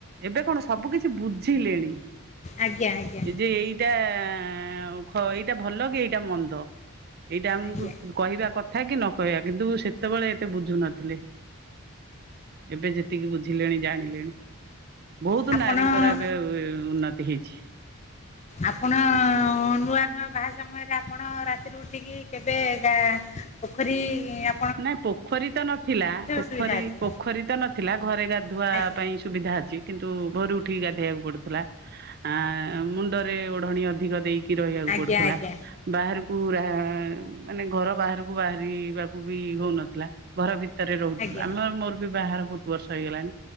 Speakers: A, on the right; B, on the left.
A: ଏବେ କଣ ସବୁ କିଛି ବୁଝିଲେଣି
B: ଆଜ୍ଞା ଆଜ୍ଞା
A: ଏ ଯେ ଏଇଟା ଅଁ ଖ ଏଇଟା ଭଲ କି ଏଇଟା ମନ୍ଦ ଏଇଟା ଆମୁକୁ
B: ଆଜ୍ଞା
A: କହିବା କଥା କି ନ କହିଆ କିନ୍ତୁ ସେତବେଳେ ଏତେ ବୁଝୁ ନଥିଲେ। ଏବେ ଯେତିକି ବୁଝିଲେଣି ଜାଣିଲେଣି। ବୋହୁତ
B: ଆପଣ
A: ନାରୀଙ୍କର ଏବେ ଉନ୍ନତି ହେଇଛି।
B: ଆପଣ ନୂଆ ନୂଆ ବାହା ସମୟରେ ଆପଣ ରାତିରେ ଉଠିକି କେବେ ଗା ପୋଖରୀ ଆ
A: ନାଁ ପୋଖରୀ ତ ନଥିଲା ପୋଖରୀ
B: ସୁବିଧା ଅଛି?
A: ପୋଖରୀ ତ ନଥିଲା ଘରେ ଗାଧୁଆ
B: ଆଜ୍ଞା
A: ପାଇଁ ସୁବିଧା ଅଛି କିନ୍ତୁ ଭୋରୁ ଉଠିକି ଗାଧେଇବାକୁ ପଡ଼ୁଥୁଲା। ଆ ମୁଣ୍ଡରେ ଓଢ଼ଣିୀ ଅଧିକ ଦେଇ କି ରହିବାକୁ
B: ଆଜ୍ଞା
A: ପଡ଼ୁଥୁଲା
B: ଆଜ୍ଞା
A: ବାହାରୁକୁ ରା ମାନେ ଘର ବାହାରୁକୁ ବାହାରିବା ଉ ବି ହୋଉନଥୁଲା ଘର ଭିତରେ ରହୁଥୁଲୁ
B: ଆଜ୍ଞା
A: ଆମର ମୋର ବି ବାହାହର ଭୋଉତ୍ ବର୍ଷ ହେଇଗଲାଣି।